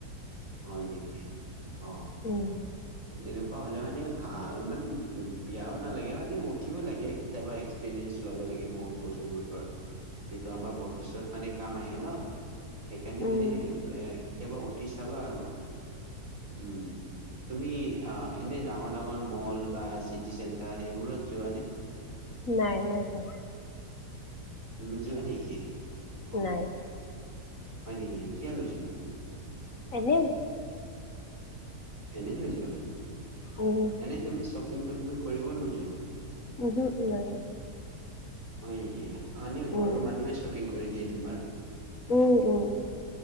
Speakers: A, on the right; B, on the left.
A: হয় নেকি অ
B: উম
A: যেনেকু অ হলে মানে ভা ইমান বি বিয়াও নালাগে মানে উঠিব লাগে কেতিয়াবা এক্সপিৰিয়েঞ্চ ল'ব লাগে। লাগে বহুত বস্তুবোৰৰ এইটো আমাৰ ভৱিষ্যত মানে কাম আহে ন। সেইকাৰণে মানে
B: উম
A: এ কেতিয়াবা উঠি চাবা আৰু। উম তুমি অ এনেই ডাঙৰ -ডাঙৰ মল বা চিটি চেণ্টাৰ সেইবোৰত যোৱা নে?
B: নাই নাই নেযাওঁ।
A: নোযোৱা নেকি? অ
B: নাই।
A: হয় নেকি কিয় নোযোৱা?
B: এনেই।
A: এনেই নোযোৱা,
B: উম
A: এনেই তুমি শ্বপিংটো কৰিব নোযোৱা।
B: উমহো নাযাওঁ।
A: হয় নেকি অনি ঘৰৰ
B: উম
A: মানুহে শ্বপিং কৰি দিয়ে তোমাৰ?
B: উম উম।